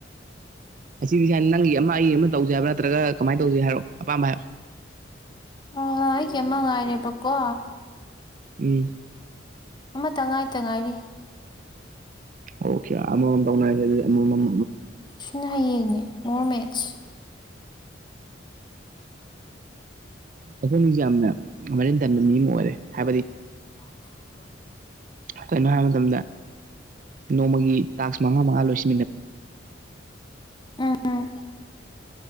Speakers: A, on the right; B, on the left.
A: ꯑꯁꯤꯒꯤꯖ ꯁꯥꯏꯅ ꯅꯪꯒꯤ ꯑꯃ ꯑꯩ ꯑꯃ ꯇꯧꯖꯦ ꯍꯥꯏꯕ꯭ꯔꯥ ꯅꯠꯇ꯭ꯔꯒ ꯀꯃꯥꯏꯅ ꯇꯧꯖꯦ ꯍꯥꯏꯔꯣ ꯑꯄꯥꯝꯕ ꯍꯥꯏꯔꯣ
B: ꯑ ꯑꯩꯒꯤ ꯀꯦꯝꯃ ꯉꯥꯏꯔꯦ ꯄꯀꯣ
A: ꯎꯝ
B: ꯑꯃ ꯇꯉꯥꯏ ꯇꯉꯥꯏꯔꯤ
A: ꯑꯣ ꯈꯌꯥ ꯑꯃꯃꯝ ꯇꯧꯅꯔꯖꯦ ꯑꯃꯃꯝ
B: ꯁꯤꯅ ꯍꯌꯦꯡꯅꯦ ꯃꯣꯔ ꯃꯦꯖ
A: ꯑꯩꯈꯣꯏ ꯃꯤꯁꯦ ꯌꯥꯝꯅ ꯃꯔꯤꯟ ꯇꯟꯕ ꯃꯤ ꯑꯃ ꯑꯣꯏꯔꯦ ꯍꯥꯏꯕꯗꯤ
B: ꯀ <unintelligible>
A: ꯀꯩꯅꯣ ꯍꯥꯏꯕ ꯃꯇꯝꯗ ꯅꯣꯡꯃꯒꯤ ꯇꯥꯛꯁ ꯃꯉꯥ ꯃꯉꯥ ꯂꯣꯏꯁꯤ
B: ꯎꯝ ꯎꯝ